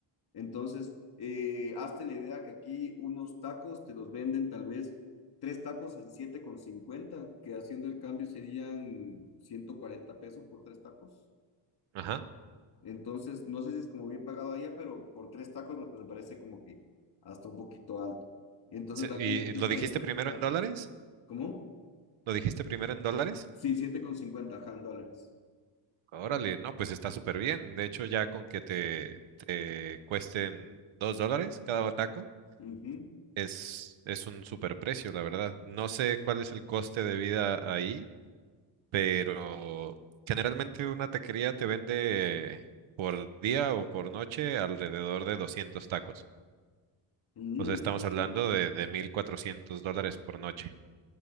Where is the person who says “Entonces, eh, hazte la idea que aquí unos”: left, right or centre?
Left